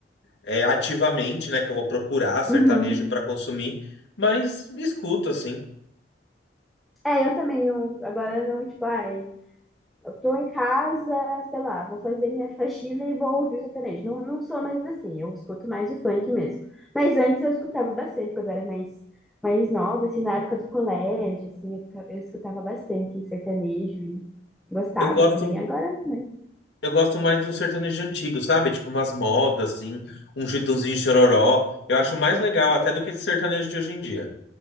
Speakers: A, on the left; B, in the centre.
A: é, ativamente, né? Que eu vou procurar sertanejo
B: uhum.
A: pra consumir, mas escuto, assim.
B: É, eu também não. Agora não, tipo, ai. Eu tô em casa, sei lá, vou fazer minha faxina e vou ouvir o sertanejo. Não, não sou mais assim, eu escuto mais o funk mesmo. Mas antes eu escutava bastante, quando eu era mais, mais nova, assim, na época do colégio, assim, eu escu- eu escutava bastante sertanejo e gostava
A: Eu gosto,
B: também. Agora não
A: eu gosto mais de um sertanejo antigo, sabe? Tipo umas modas, assim, um Chitãozinho e Chororó. Eu acho mais legal até do que esse sertanejo de hoje em dia.